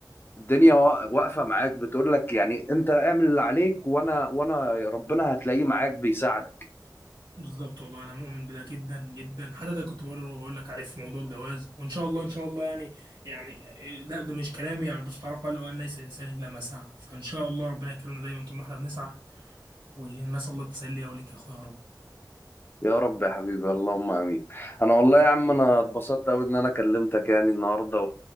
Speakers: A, on the left; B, on the right.
A: الدنيا وا- واقفه معاك بتقول لك يعني انت اعمل اللي عليك وانا وانا ربنا هتلاقيه معاك بيساعدك
B: بالظبط والله انا مؤمن بده جدا جدا حتى ده كنت بقرر وبقول لك عليه في موضوع الجواز وان شاء الله ان شاء الله يعني يعني آه، ده, ده مش كلامي يعني بس تعالى قال وان ليس الانسان الا ما سعى فان شاء الله ربنا يكرمنا دايما طول ما احنا بنسعى والناس الله تسلي وليك يا اخويا يا رب
A: يا رب يا حبيبي اللهم امين انا والله يا عم انا اتبسطت قوي ان انا كلمتك يعني النهارده